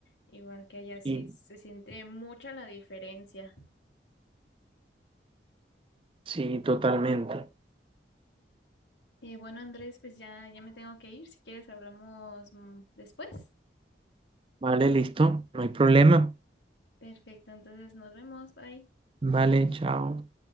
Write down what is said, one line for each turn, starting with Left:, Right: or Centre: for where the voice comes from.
Left: igual que allá sí
Right: Sí,
Left: se siente mucha la diferencia.
Right: sí, totalmente.
Left: Eh, bueno, Andrés, pues ya, ya me tengo que ir. Si quieres, hablamos mm, después.
Right: Vale, listo. No hay problema.
Left: Perfecto, entonces nos vemos. Bye.
Right: Vale, chao.